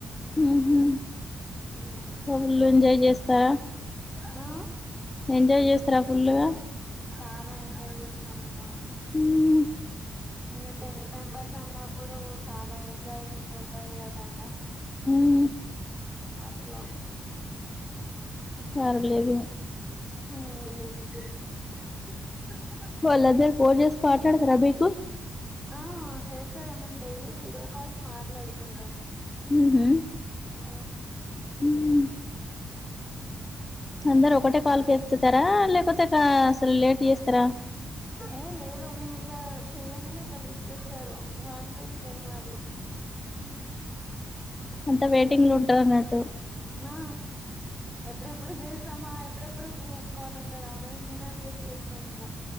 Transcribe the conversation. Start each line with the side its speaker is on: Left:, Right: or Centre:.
Left: మ్హూ
Centre: ఉమ్
Left: ఫుల్ ఎంజాయ్ చేస్తారా?
Centre: ఆ
Left: ఎంజాయి చేస్తరా ఫుల్లుగా
Centre: చాలా ఎంజాయ్ చేస్తాం ఇంగ
Left: మ్మ్
Centre: ఇంకా టెన్ మెంబర్స్ అన్నప్పుడు చాలా ఎంజాయ్మెంట్ ఉంటది కదా అయిన
Left: హు
Centre: అట్ల
Left: పర్లేదు
Centre: హ
Left: వాళ్ళందరు పోన్చేసి మాట్లాడతరా మీకు?
Centre: ఆ చేస్తారమ్మ మేము డైలీ వీడియో కాల్స్ మాట్లాడుకుంటాం.
Left: మ్హూ
Centre: ఆ
Left: మ్మ్ అందరు ఒకటే కాల్కి ఎత్తుతారా లేకపోతే అసలు లేట్ చేస్తారా?
Centre: ఏ లేదు మేము ఇట్లా చెయంగనే ఇట్లా లీఫ్ట్ చేస్తరు వన్ రింగే మాది
Left: అంత
Centre: ఉమ్
Left: వెయిటింగ్ లో ఉంటది అన్నట్టు
Centre: ఆ ఎప్పుడెప్పుడు చేస్తామా, ఎప్పుడెప్పుడు గ్రూప్ కాల్ ఉంటదా, అనేది మేమే వెయిట్ చేస్తాం ఇంగ.